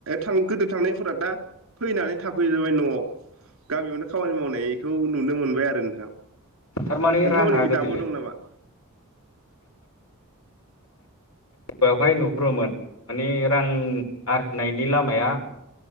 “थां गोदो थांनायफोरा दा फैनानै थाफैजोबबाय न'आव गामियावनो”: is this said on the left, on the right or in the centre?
Right